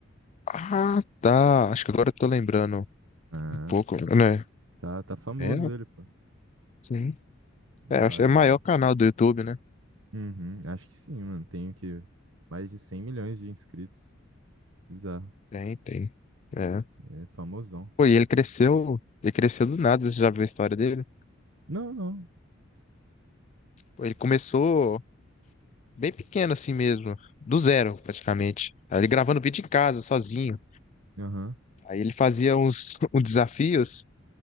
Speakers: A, on the left; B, on the right.
A: Ah, tá. Acho que agora eu tô lembrando
B: Ah,
A: um pouco, né?
B: tá, tá famoso
A: É,
B: ele, pô.
A: sim.
B: Da
A: É, acho
B: hora,
A: que é o maior
B: da hora.
A: canal do YouTube, né?
B: Uhum, acho que sim, mano. Tem que Mais de 100 milhões de inscritos. Bizarro.
A: Tem, tem. É.
B: É famosão.
A: Pô, e ele cresceu. Ele cresceu do nada, você já viu a história dele?
B: Não, não.
A: Pô, ele começou bem pequeno assim mesmo. Do zero, praticamente. Aí Ele gravando vídeo em casa, sozinho.
B: Aham.
A: Aí ele fazia uns, <laughs> uns desafios.